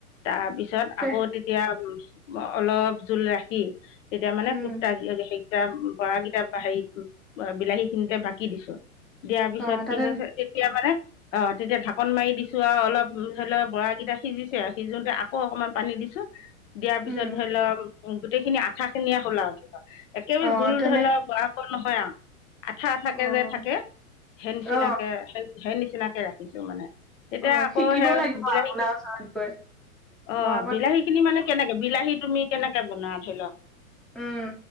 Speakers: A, on the left (about 60°); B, in the centre.
A: তাৰপিছত
B: তে
A: আকৌ এতিয়া অলপ জোল ৰাখি তেতিয়া মানে
B: উম,
A: কুক বৰা কিটা হেৰি বিলাহী খিনিতে বাকি দিছো দিয়াৰ পিছত
B: অ', তাতে
A: কি হৈছে তেতিয়া মানে অ', তেতিয়া ঢাকন মাৰি দিছো আৰু অলপ ধৰি লওক বৰাকিটা সিজিছে আৰু সিজোতে আকৌ অকমান পানী দিছো দিয়াৰ পিছত
B: উম,
A: ধৰি লওক গোটেইখিনি আঠা খিনিয়ে খোলা ধৰি একেবাৰে
B: অ',
A: জোল
B: তেনে
A: ধৰি ল ব নহয় আৰু আঠা আঠাকে
B: অ',
A: যে থাকে সেই নিচিনাকে
B: অ',
A: সেই নিচিনাকে ৰাখিছো মানে তেতিয়া
B: অ
A: আকৌ
B: শিকিব
A: সেই
B: লাগিব
A: বিলাহী কিনি
B: <unintelligible>
A: অ',
B: মই আকৌ
A: বিলাহী খিনি মানে কেনেকে বিলাহী তুমি কেনেকে বনোৱা ধৰি লওক
B: উম